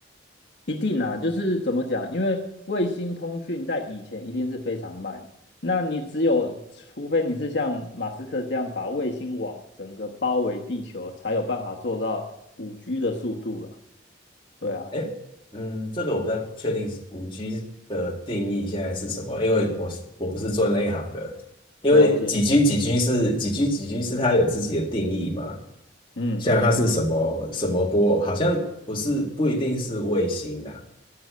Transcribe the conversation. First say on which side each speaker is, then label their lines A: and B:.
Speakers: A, on the left; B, on the left.
A: 一定啊，就是怎么讲？因为卫星通讯在以前一定是非常慢，那你只有除非你是像马斯克这样把卫星网整个包围地球，才有办法做到五 g 的速度啦。对啊，
B: 哎，嗯，这个我不太确定是五 g 的定义现在是什么，因为我是我不是做那一行的。因为几
A: 了解了解。
B: G 几 G 是几 G 几 G 是它有自己的定义嘛，
A: 嗯，
B: 像它是什么什么波，好像不是不一定是卫星的，